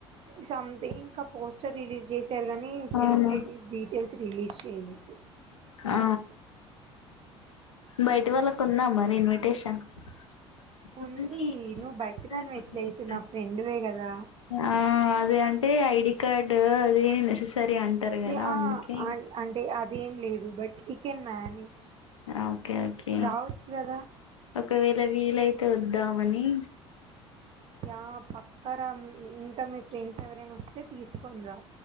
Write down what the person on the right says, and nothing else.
సథింగ్ ఇంకా పోస్టర్ రిలీజ్ చేసారు కానీ సెలబ్రిట
టీజ్ డీటెయిల్స్ రిలీజ్ చెయ్యలేదు
ఉంది నువ్వు బయట దాని ఎట్లయితే నా ఫ్రెండ్వే కదా
యా,
అన్- అంటే అదేం లేదు బట్ వీ కెన్ మేనేజ్
రావచ్చు కదా
య పక్క రా ఇమ్ ఇంకా మీ ఫ్రెండ్స్ ఎవరైనా వస్తే తీసుకోని రా